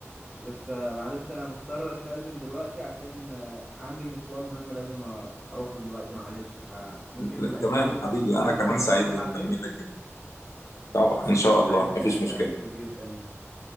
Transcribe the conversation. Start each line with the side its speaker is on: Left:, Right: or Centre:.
Centre: بس آه، معلش انا مضطر استأذن دلوقتي عشان آه، عندي مشوار مهم لازم أ- اروحه دلوقتي معلش فممكن
Left: لا
Centre: نبقى
Left: تمام
Centre: نتكلم
Left: حبيبي
Centre: نكمل
Left: انا كمان
Centre: الحوار
Left: سعيد
Centre: ده
Left: بمكالمتك
Centre: بعدين
Left: جدا طبعا ان شاء الله
Centre: معلش
Left: مفيش
Centre: انا متأسف
Left: مشكلة
Centre: جدا يعني